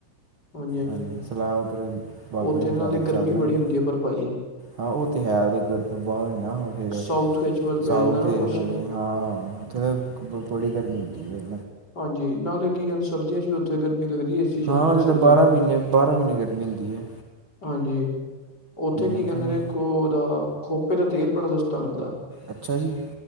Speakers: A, on the left (about 20°); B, on the right (about 50°).
A: ਹਾਂਜੀ-ਹਾਂਜੀ
B: ਹਾਂਜੀ ਸਲਾਹ ਕਰੋ ਜੀ ਬਾਬੇ
A: ਉੱਥੇ
B: ਨੇ
A: ਨਾਲੇ
B: ਪਾਇਆ ਤੇ
A: ਗਰਮੀ
B: ਚੱਲ
A: ਬੜੀ
B: ਜੀ।
A: ਹੁੰਦੀ ਐ ਪਰ ਭਾਜੀ
B: ਹਾਂ ਉਹ ਤੇ ਹੈਵੇਂ ਗਰ ਤੇ ਬਵੇ ਨਾ ਫਿਰ
A: ਸਾਊਥ ਵਿੱਚ ਵੱਲ ਪੈ
B: ਸਾਊਥ
A: ਜਾਂਦਾ ਨਾ
B: ਇਹਨਾਂ
A: ਕੁਛ
B: ਨੇ। ਹਾਂ ਔਥੇ ਤੇ ਬੜੀ ਗਰਮੀ ਹੁੰਦੀ ਏ।
A: ਹਾਂਜੀ ਨਾਲੇ ਕੀ ਗੱਲ ਸਰਦੀਆਂ ਚ ਵੀ ਔਥੇ ਗਰਮੀ ਲੱਗਦੀ ਏ। ਸੀ ਚੱਲਦੇ
B: ਹਾਂ
A: ਨੇ
B: ਤੇ
A: ਸਰਦੀਆਂ
B: ਬਾਰਾਂ
A: ਚ ਵੀ
B: ਮਹੀਨੇ ਬਾਰ੍ਹਾਂ ਮਹੀਨੇ ਗਰਮੀ ਹੁੰਦੀ ਐ।
A: ਹਾਂਜੀ ਔਥੇ ਕੀ
B: ਉਹ
A: ਕੈੰਦੇ
B: ਤਾਂ
A: ਨੇ ਇੱਕ ਉਦਾ ਖੋਪੇ ਦਾ ਤੇਲ ਬੜਾ ਸਸਤਾ ਮਿਲਦਾ।
B: ਅੱਛਾ ਜੀ।